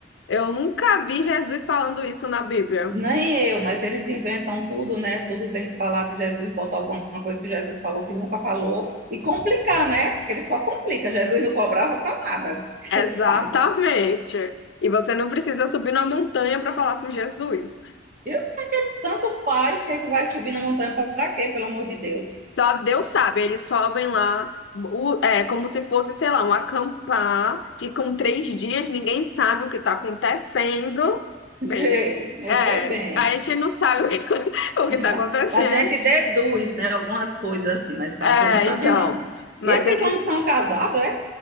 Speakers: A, on the left; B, on the right.
A: Eu nunca vi Jesus falando isso na Bíblia.
B: Nem eu, mas eles inventam tudo, né? Tudo tem que falar de Jesus, botar alguma coisa que Jesus falou que nunca falou e complicar, né? Porque ele só complica. Jesus não cobrava para nada, <laughs> que
A: Exatamente.
B: eu saiba.
A: E você não precisa subir numa montanha para falar com Jesus.
B: Eu tanto faz, que é que vai subir na montanha para quê? Pelo amor de Deus.
A: Só Deus sabe, eles sobem lá, o- é como se fosse, sei lá, um acampar, ficam três dias, ninguém sabe o que está acontecendo.
B: <laughs>
A: Bem,
B: Sei, eu
A: é,
B: sei bem.
A: a gente não sabe o que <laughs> o
B: <laughs>
A: que está acontecendo.
B: A gente deduz, né, algumas coisas assim, mas saber
A: É,
B: não sabe
A: então,
B: não.
A: mas
B: E esses
A: eles,
B: homens são casados, é?